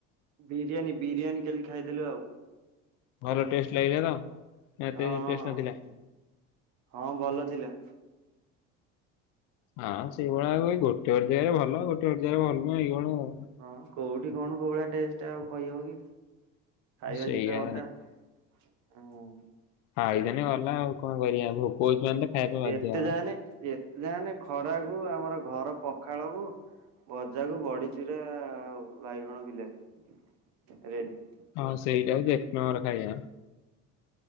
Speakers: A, on the right; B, on the left.
A: ବିରିୟାନୀ ବିରିୟାନୀ କାଲି ଖାଇଦେଲୁ ଆଉ।
B: ଭଲ ଟେଷ୍ଟ ଲାଗିଲା ତ ନା ଏତେ
A: ହଁ
B: ଟେଷ୍ଟ ନଥିଲା?
A: ହଁ ଭଲ ଥିଲା।
B: ହଁ ସେଇଭଳିଆ ଆଉ ଭାଇ ଗୋଟେ ଗୋଟେ ଜାଗାରେ ଭଲ ଗୋଟେ ଗୋଟେ ଜାଗାରେ ଭଲ ନୁହଁ ଏଇଭଳିଆ ଆଉ।
A: ହଁ କୋଉଠି କଣ କୋଉ ଭଳିଆ ଟେଷ୍ଟ ଆଉ କହିହବ କି ଖାଇବା
B: ସେଇଆ
A: ଜିନିଷ କଥା। ଅ ହୁଁ।
B: ଖାଇଦେନେ ଗଲା ଆଉ କଣ କରିବା ଭୋକ ହଉଛି ମାନେ ଖାଇବା ପାଇଁ
A: ଯେତେ
B: ବାଧ୍ୟ ହବା।
A: ଯାହେନେ ଯେତେ ଯାହେନେ ଖରାକୁୁ ଆମର ଘର ପଖାଳକୁୁ। ଭଜାକୁ ବଢ଼ିଚୁରା ଆଉ ବାଇଗଣ ବିଲାତି ରେଡି।
B: ହଁ ସେଇଟା ହଉଚି ଏକ ନମ୍ବର ଖାଇବା।